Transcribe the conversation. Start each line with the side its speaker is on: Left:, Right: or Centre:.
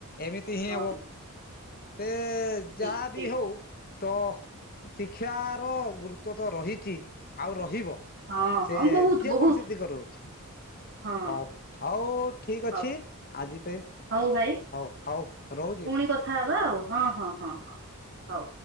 Left: ଏମିତି ହିଁ
Right: ହଁ
Left: ହବ। ସେ
Right: ଠିକ
Left: ଯାହା ବି
Right: ଠିକ
Left: ହଉ। ତ ଶିକ୍ଷାର ଗୁରୁତ୍ୱ ତ ରହିଛି ଆଉ ରହିବ।
Right: ହଁ
Left: ସେ
Right: ହଁ ବହୁତ
Left: ଯେ
Right: ବହୁତ
Left: କୌଣସି ଦିଗ ରହୁଛି।
Right: ହଁ
Left: ହଉ ହଉ ଠିକ
Right: ହଉ
Left: ଅଛି ଆଜି ପାଇଁ
Right: ହଉ ଭାଇ
Left: ହଉ ହଉ ରହୁଛି
Right: ପୁଣି କଥା ହବା ଆଉ ହଁ ହଁ ହଁ ହଁ ହଉ।